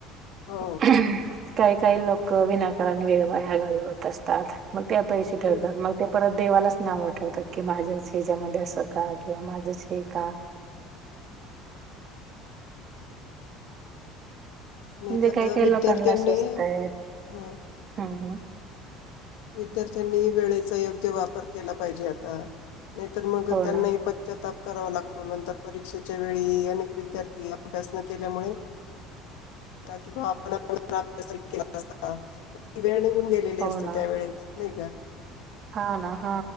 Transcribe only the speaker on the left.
हो
हम्म.
आणि
आता
विद्यार्थ्यांनी
अ,
विद्यार्थ्यांनी वेळेचा योग्य वापर केला पाहिजे आता नाहीतर
त्यांनाही
पश्चाताप करावा लागतो नंतर परीक्षेच्या वेळी अनेक विद्यार्थी अभ्यास न केल्यामुळे कि बा अभ्यास केला वेळ वेळ निघून गेलेली
असते.
वेळेची नाही का.